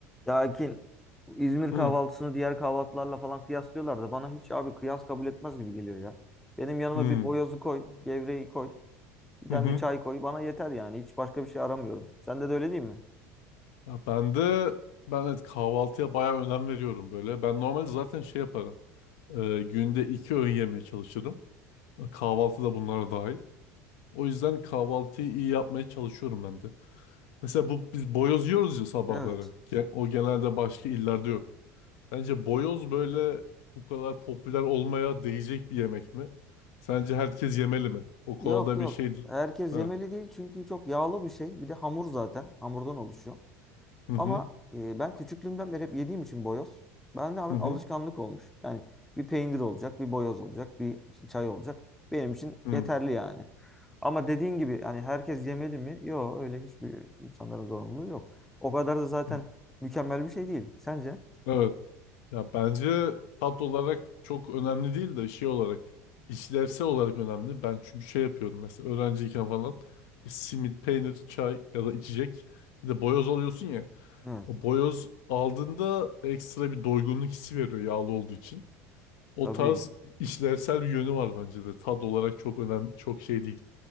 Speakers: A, in the centre; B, on the left.
A: Ya Akin İzmir
B: Hı
A: kahvaltısını diğer kahvaltılarla falan kıyaslıyorlar da bana hiç abi kıyas kabul etmez gibi geliyor ya. Benim yanıma
B: hı
A: bir boyozu koy, gevreği koy, bir tane
B: hı. hı.
A: de çay koy bana yeter yani hiç başka bir şey aramıyorum. Sende de öyle değil mi?
B: Ya ben de ben evet kahvaltıya bayağı önem veriyorum böyle. Ben normalde zaten şey yaparım. Ee, günde iki öğün yemeye çalışırım. Kahvaltı da bunlara dahil. O yüzden kahvaltıyı iyi yapmaya çalışıyorum ben de. Mesela bu biz boyoz yiyoruz ya sabahları.
A: Evet.
B: Ge- O genelde başka illerde yok. Bence boyoz böyle bu kadar popüler olmaya değecek bir yemek mi? Sence herkes yemeli mi? O konuda
A: Yok yok.
B: bir şey...
A: Herkes
B: Ha.
A: yemeli değil çünkü çok yağlı bir şey. Bir de hamur zaten. Hamurdan oluşuyor.
B: Hı
A: Ama
B: hı
A: e, ben küçüklüğümden beri hep yediğim için boyoz. Bende abi
B: hı
A: alışkanlık
B: hı.
A: olmuş. Yani bir peynir olacak, bir boyoz olacak, bir işte çay olacak. Benim için
B: hı.
A: yeterli yani. Ama dediğin gibi hani herkes yemeli mi? Yok öyle hiçbir insanların zorunluluğu yok. O kadar da zaten
B: Hı.
A: mükemmel bir şey değil. Sence?
B: Evet. Ya bence tat olarak çok önemli değil de şey olarak işlevsel olarak önemli. Ben çünkü şey yapıyorum mesela öğrenciyken falan işte simit, peynir, çay ya da içecek bir de boyoz alıyorsun ya.
A: Evet,
B: O boyoz aldığında ekstra bir doygunluk hissi veriyor yağlı olduğu için. O
A: tabii.
B: tarz işlevsel bir yönü var bence de. Tat olarak çok önemli, çok şey değil.